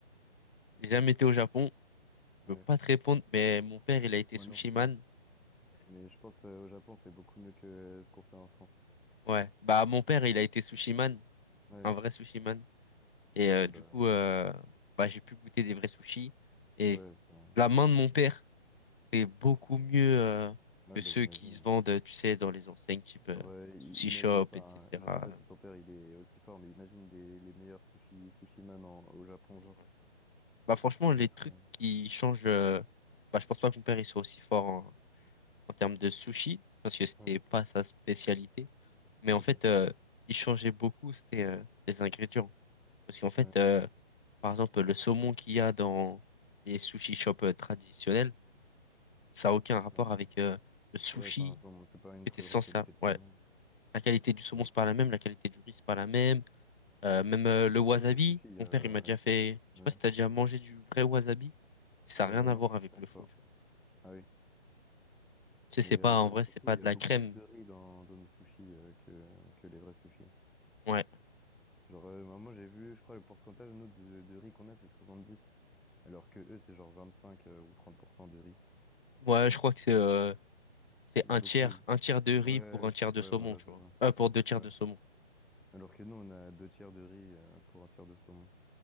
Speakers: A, on the left; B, in the centre.
A: J'ai jamais été au Japon,
B: Ouais.
A: je peux pas te répondre, mais mon père, il a été
B: Moi
A: sushi
B: non plus.
A: man.
B: Mais je pense euh, au Japon, c'est beaucoup mieux que euh, ce qu'on fait en France.
A: Ouais, bah mon père, il a été sushi man,
B: Ouais,
A: un vrai sushi man. Et
B: ouais,
A: euh, du
B: bah,
A: coup, euh,
B: je- crois.
A: bah j'ai pu goûter des vrais sushis. Et
B: ouais, c'est-
A: la main de mon père, c'est beaucoup mieux euh,
B: ouais,
A: que
B: bah,
A: ceux
B: j'imagine.
A: qui se vendent, tu sais, dans les enseignes type
B: Genre,
A: euh,
B: euh, i-
A: sushi
B: imagine,
A: shop,
B: enfin,
A: etc.
B: je sais pas si ton père il est aussi fort, mais imagine des, les meilleurs sushi, sushi man en- au Japon,
A: Ouais.
B: genre.
A: Bah franchement,
B: Ça
A: les
B: doit être.
A: trucs
B: euh,
A: qui changent, euh, bah je pense pas que mon père il soit aussi fort en termes de sushi, parce que c'était
B: Ouais,
A: pas sa spécialité. Mais en
B: ok.
A: fait, euh, il changeait beaucoup, c'était euh, les ingrédients. Parce qu'en fait,
B: Ouais,
A: euh, par exemple, le saumon qu'il y a dans les sushi shops euh, traditionnels, ça a aucun
B: ça
A: rapport
B: fait un-
A: avec euh, le sushi
B: ouais, c'est un saumon,
A: qui
B: c'est pas une
A: était
B: très
A: sans
B: grande qualité
A: ça.
B: de saumon.
A: Ouais. La qualité du saumon,
B: Et en
A: c'est pas la même, la qualité du riz, c'est pas la même. Euh, même euh,
B: et en
A: le
B: plus,
A: wasabi,
B: nous, nos sushis, il y
A: mon
B: a.
A: père, il m'a déjà fait. Je
B: Ouais.
A: sais pas si t'as déjà mangé du vrai wasabi. Ça
B: Euh,
A: a rien à
B: non,
A: voir
B: je
A: avec
B: pense
A: le faux,
B: pas.
A: tu vois.
B: Ah oui.
A: Tu sais,
B: Mais
A: c'est
B: euh,
A: pas, en vrai, c'est
B: surtout,
A: pas
B: il
A: de
B: y a
A: la
B: beaucoup
A: crème.
B: plus de riz dans, dans nos sushis euh, que, que les vrais sushis.
A: Ouais.
B: Genre, euh, moi, j'ai vu, je crois, le pourcentage, nous, de, de riz qu'on a, c'est soixante dix Alors que eux, c'est genre 25 euh, ou 30% de riz.
A: Ouais, je crois que c'est euh, C'est
B: Il
A: un
B: y a beaucoup
A: tiers,
B: plus.
A: un tiers de riz
B: Ouais,
A: pour un tiers de
B: ouais,
A: saumon,
B: voilà,
A: tu
B: c'est
A: vois.
B: ça.
A: Euh, pour deux tiers
B: Ouais.
A: de saumon.
B: Alors que nous, on a deux tiers de riz euh, pour un tiers de saumon.